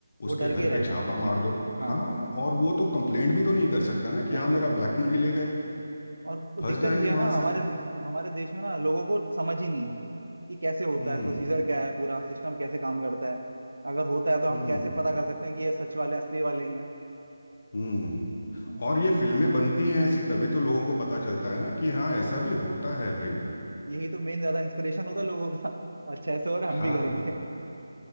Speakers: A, on the right (about 70°); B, on the left (about 40°).
A: वो
B: उसके
A: डर
B: घर
A: के ही रहेगा
B: पे छापा मार दो
A: हाँ
B: हाँ और वो तो कंप्लेंट भी तो नहीं कर सकता ना
A: नहीं
B: कि हाँ
A: कर
B: मेरा
A: सकता
B: ब्लैक मनी ले गए
A: और
B: फंस
A: दिक्कत
B: जाएंगे
A: ये
B: वहां
A: है ना हमारे
B: से भी
A: हमारे देश में ना लोगों को समझ ही नहीं है कि कैसे होता
B: हम्म
A: है प्रोसीजर क्या है पूरा सिस्टम कैसे काम करता है अगर होता है तो हम
B: हम्म
A: कैसे पता कर सकते हैं कि ये सच वाले असली वाले ही हैं
B: हम्म
A: हाँ।
B: और ये फिल्में बनती हैं ऐसी तभी तो लोगों को पता चलता है ना कि हाँ ऐसा
A: औ-
B: भी होता है भाई
A: यही तो मेन ज्यादा इंस्पिरेशन होता है लोगों का अच्छा ऐसे हो रहा है, हम
B: हाँ
A: भी करेंगे